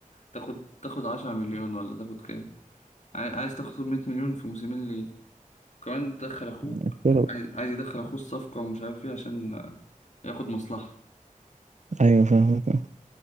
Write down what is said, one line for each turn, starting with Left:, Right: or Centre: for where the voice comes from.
Left: تاخد تاخد 10 مليون ولا تاخد كام عاي- عايز تاخد 100 مليون في موسمين ليه كمان تدخل اخوك
Right: يعني يا رب
Left: عايز عايز يدخل اخوه الصفقه ومش عارف ايه عشان ياخد مصلحه
Right: ايوه فاهمك آه.